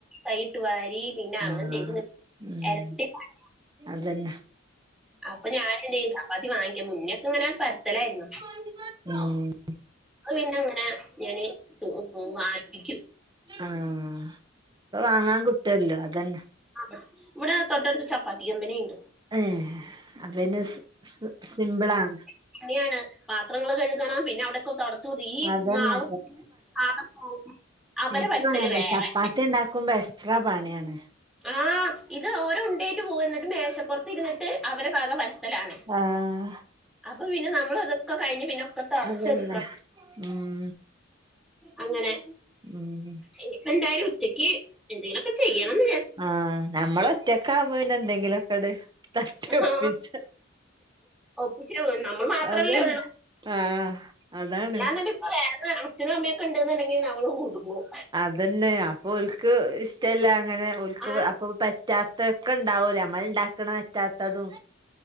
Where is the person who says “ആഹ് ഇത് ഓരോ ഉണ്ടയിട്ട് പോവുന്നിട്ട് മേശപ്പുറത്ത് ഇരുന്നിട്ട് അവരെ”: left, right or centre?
Centre